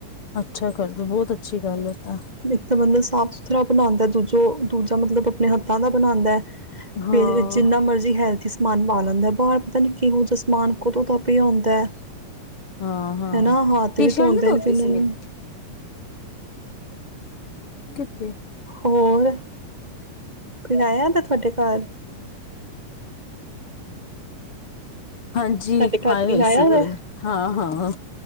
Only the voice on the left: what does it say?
ਅੱਛਾ ਕਰਦੇ ਬਹੁਤ ਅੱਛੀ ਗੱਲ ਹੈ। ਤਾਂ।
ਹਾਂ
ਹਾਂ ਹਾਂ
ਟੀ
ਸ਼ਰਟ
ਨਹੀ ਧੋਤੀ
ਸੀ ਮੇਰੀ ਕਿੱਥੇ
ਹਾਂਜੀ
ਆਏ ਹੋਏ
ਸੀ ਕੋਈ
ਹਾਂ ਹਾਂ